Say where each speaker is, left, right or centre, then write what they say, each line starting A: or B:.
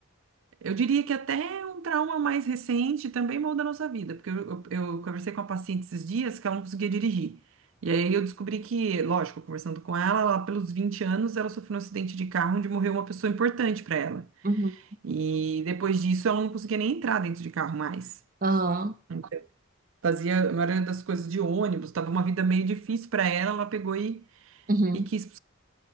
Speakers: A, on the right; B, on the right.
A: Eu diria que até um trauma mais recente também muda a nossa vida, porque eu, eu- eu conversei com a paciente esses dias que ela não conseguia dirigir. E aí eu descobri que, lógico, conversando com ela, lá pelos 20 anos ela sofreu um acidente de carro onde morreu uma pessoa importante para ela.
B: Uhum,
A: E depois disso ela não conseguia nem entrar dentro de carro mais.
B: Aham.
A: Então, fazia a maioria das coisas de ônibus, tava uma vida meio difícil para ela, ela pegou e,
B: uhum.
A: e quis